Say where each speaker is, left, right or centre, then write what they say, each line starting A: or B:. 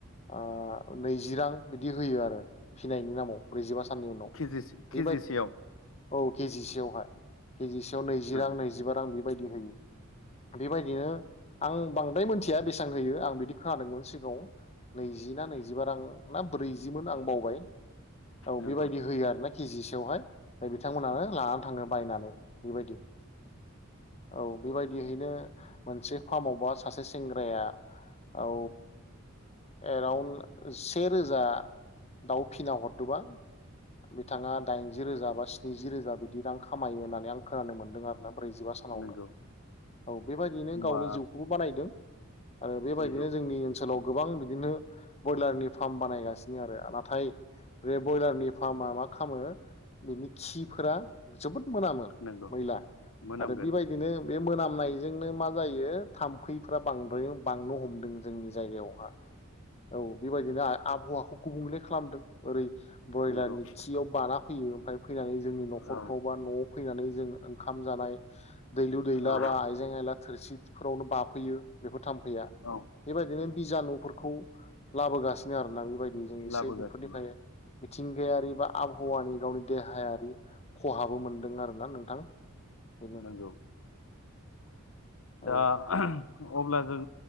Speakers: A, on the left; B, on the left.
A: ओ नैजि रां बिदि होयो आरो। फिनायनि नामाव ब्रैजिबा साननि उनाव
B: केजि केजिसेयाव
A: बेबाय औ केजि एवहाय केजिसेयाव नैजि
B: ओं
A: रां नैजिबा रां बायदि होयो बेबायदिनो आं बांद्राय मिथिया बेसेबां होयो आं बिदि खोनादोंमोन सिगाङाव नैजि ना नैजिबा रां ना ब्रैजिमोन आं बावबाय। औ
B: नंगौ
A: बेबायदि होयो आरो ना केजिसो बेवहाय बिथांमोनानो लानानै थाङो बायनानै बेबायदि। औ बेबायदियैनो मोनसे फार्म सासे सेंग्राया औ एराउन्ड से रोजा दाउ फिना हरदोंबा बिथाङा दाइनजि रोजा बा स्निजि रोजा बिदि रां खामायो होननानै आं खोनानो मोनदों आरोना ब्रैजिबा सानावनो
B: नंगौ
A: औ बेबायदिनो
B: होमबा
A: गावनि जिउखौबो बानायदों आरो बेबायदिनो
B: नंगौ
A: जोंनि ओनसोलाव गोबां बिदिनो ब्रयलारनि फार्म बानायगासिनो आरो नाथाय बे ब्रयलारनि फार्मा मा खालामो बिनि खिफोरा मोनामो
B: नंगौ
A: मैला
B: मोनामगोन
A: आरो बेबायदिनो बे मोनामनाय बेजोंनो मा जायो थाम्फैफ्रा बांद्राय बांनो हमदों जोंनि जायगायावहा औ बेबायदिनो आबहावाखौ गुबुंले खालामदों ओरै ब्रयलारनि
B: नंगौ
A: खियाव बाना फैयो ओमफ्राय फैनानै जोंनि न'खरफ्राव
B: औ
A: बा न'आव फैनानै जों ओंखाम जानाय दैलु दैला
B: औ
A: बा आइजें आयला थोरसि फोरावनो बाफैयो बेफोर थाम्फैया
B: औ
A: बेबायदिनो बिजानुफोरखौ लाबोगासिनो आरो लाबो बायदि जों एसे
B: लाबोगासिनो
A: बेफोरनिफ्रायनो मिथिंगायारि बा आबहावानि गावनि देहायारि खहाबो मोनदों आरोना नोंथां बेनो
B: नंगौ दा
A: औ
B: अब्ला जों